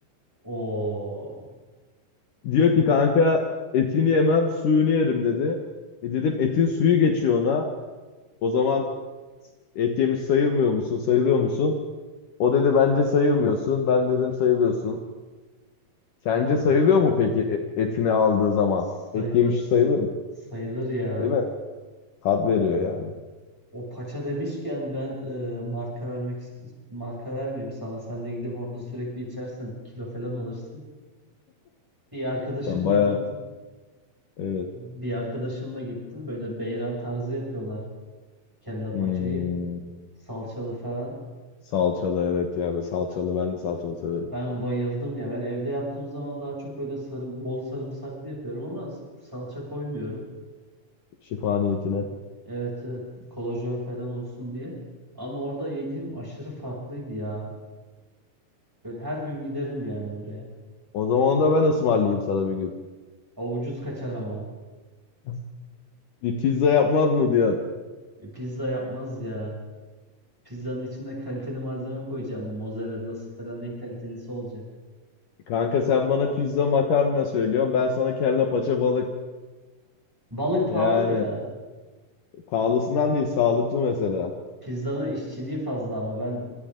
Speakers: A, in the centre; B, on the left (about 65°).
A: Oo.
B: Diyor ki kanka etini yemem suyunu yerim dedi. E dedim etin suyu geçiyor ona. O zaman et yemiş sayılmıyor musun? Sayılıyor musun? O dedi bence sayılmıyorsun. Ben dedim sayılıyorsun. Sence
A: ha,
B: sayılıyor mu peki e- etini aldığı zaman?
A: Sayılırsın.
B: Et yemiş sayılır mı?
A: Sayılır ya.
B: Değil mi? Tat veriyor ya.
A: O paça demişken ben e, marka vermek ist- marka vermeyeyim sana. Sen de gidip orada sürekli içersen kilo falan alırsın. Bir arkadaşımla
B: Ben bayağı
A: gittim.
B: evet.
A: Bir arkadaşımla gittim. Böyle beyran tarzı yapıyorlar kelle
B: Hmm,
A: paçayı. Salçalı falan.
B: salçalı evet ya. Ben salçalı ben de salçalı severim.
A: Ben bayıldım ya. Ben evde yaptığım zaman daha çok böyle sarı, bol sarımsaklı yapıyorum ama salça koymuyorum.
B: Şifa niyetine.
A: Evet evet kolajen falan olsun diye. Ama orada yediğim aşırı farklıydı ya. Böyle her gün giderim yani oraya.
B: O zaman onu da ben ısmarlayayım sana bir gün.
A: O ucuz kaçar ama.
B: <laughs> Bir pizza yapmaz mı diyor.
A: E, Pizza yapmaz ya. Pizzanın içine kaliteli malzeme koyacağım. Mozzarella'sı falan en kalitelisi olacak.
B: Kanka sen bana pizza makarna söylüyorsun. Ben sana kelle paça balık.
A: Balık pahalı
B: Yani
A: mı ya?
B: pahalısından değil sağlıklı mesela.
A: Pizzanın işçiliği fazla ama ben